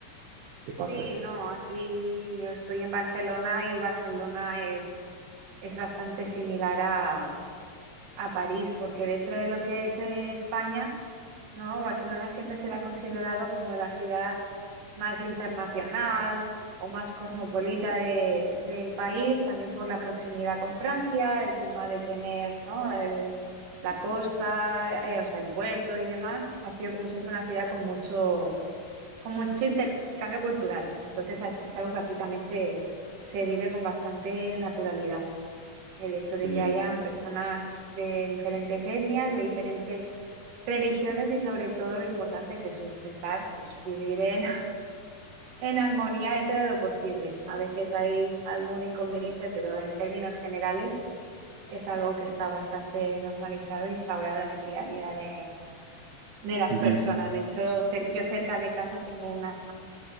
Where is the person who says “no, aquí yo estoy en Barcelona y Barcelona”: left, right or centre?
Right